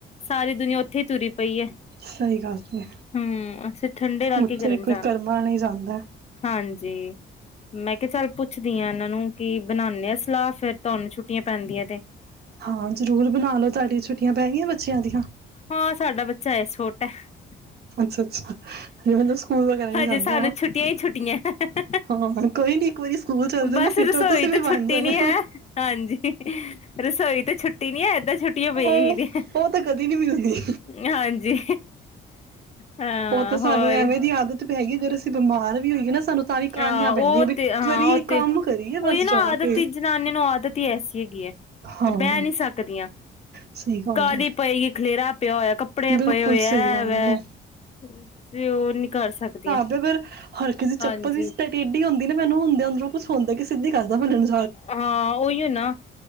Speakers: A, on the left; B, on the right.
A: ਸਾਰੀ ਦੁਨੀਆਂ ਉੱਥੇ ਹੀ ਤੁਰੀ ਪਈ ਹੈ,
B: ਸਹੀ ਗੱਲ ਹੈ
A: ਹੂੰ ਅਸੀਂ ਠੰਡੇ ਇਲਾਕੇ
B: ਉੱਥੇ
A: ਕਰਨ
B: ਵੀ
A: ਕੀ
B: ਕੋਈ
A: ਜਾਣਾ
B: ਕਰਮਾਂ ਨਹੀਂ ਜਾਂਦਾ
A: ਹਾਂਜੀ। ਜੀ। ਮੈਂ ਕਿਹਾ ਚੱਲ ਪੁੱਛਦੀ ਹਾਂ ਇਹਨਾਂ ਨੂੰ ਕਿ ਬਣਾਨੇ ਆ ਸਲਾਹ ਫੇਰ ਤੁਹਾਨੂੰ ਛੁੱਟੀਆ ਪੈਂਦੀਆਂ। ਤੇ
B: ਹਾਂ ਜ਼ਰੂਰ ਬਣਾਲੋ ਤੁਹਾਡੀਆਂ ਛੁੱਟੀਆਂ ਪੈ ਗਈਆਂ ਬੱਚਿਆਂ ਦੀਆਂ।
A: ਹਾਂ ਸਾਡਾ ਬੱਚਾ <unintelligible>
B: ਅੱਛਾ-ਅੱਛਾ ਹਲੇ ਮਤਲਬ ਸਕੂਲ ਵਗੈਰਾ ਨੀ
A: ਹਜੇ
B: ਜਾਂਦੇ।
A: ਸਾਨੂੰ ਛੁੱਟੀਆਂ ਹੀ ਛੁੱਟੀਆਂ
B: ਹਾਂ ਕੋਈ ਚੱਲ ਜਾਣਾ
A: ਬਸ
B: ਫਿਰ
A: ਰਸੋਈ
B: ਤਾਂ ਤੁਸੀਂ
A: ਤੇ
B: ਵੀ
A: ਛੁੱਟੀ
B: ਬਣ ਜਾਣਾ
A: ਨੀ ਹੈ, ਹਾਂਜੀ ਰਸੋਈ ਤੇ ਛੁੱਟੀ ਨੀ ਹੈ, ਏਦਾਂ ਛੁੱਟੀਆਂ ਪਈਆਂ।
B: ਉਹ ਉਹ ਤਾਂ ਕਦੀ ਨੀ ਮਿਲਦੀ
A: ਹਾਂਜੀ ਹਾਂ
B: ਉਹ ਤਾਂ ਸਾਨੂੰ
A: ਹੋਰ
B: ਐਵੇਂ ਦੀ ਆਦਤ ਪੈ ਗਈ ਅਗਰ ਅਸੀਂ ਬਿਮਾਰ ਵੀ ਹੋਏ ਨਾ ਸਾਨੂੰ ਤਾਂ ਵੀ ਕਾਹਲੀਆਂ
A: ਆਹ ਉਹ
B: ਪੈਂਦੀਆਂ ਵੀ
A: ਤੇ ਹਾਂ
B: ਕਰੀਏ
A: ਉਹ
B: ਕੰਮ
A: ਤੇ
B: ਕਰੀਏ ਬਸ
A: ਉਹੀ ਨਾ
B: ਜਾ
A: ਆਦਤ
B: ਕੇ
A: ਜਨਾਨੀਆਂ ਨੂੰ ਆਦਤ ਹੀ ਐਸੀ ਹੈਗੀ ਹੈ,
B: ਹਾਂ
A: ਬਹਿ ਨੀ ਸਕਦੀਆਂ।
B: ਸਹੀ ਗੱਲ
A: ਕਾਹਲੀ
B: ਹੈ
A: ਪਏਗੀ ਖਲੇਰਾ ਪਿਆ ਹੋਇਆ ਕੱਪੜੇ
B: ਬਿਲਕੁਲ
A: ਪਏ ਹੋਏ ਐ
B: ਸਹੀ ਗੱਲ
A: ਵੈ
B: ਹੈ
A: ਠੀਕ। ਉਹ ਨੀ ਕਰ ਸਕਦੀਆਂ।
B: ਫਿਰ ਹਲਕੀ ਜੀ
A: ਹਾਂਜੀ
B: ਚੱਪਲ ਟੇਡੀ ਹੁੰਦੀ ਨਾ ਮੈਨੂੰ ਹੁੰਦਾ ਅੰਦਰੋਂ ਕੁਛ ਹੁੰਦਾ ਕਿ ਸਿੱਧੀ ਕਰਦਾ ਪਹਿਲਾ ਐਨੂੰ
A: ਹਾਂ ਉਹੀਓ ਨਾ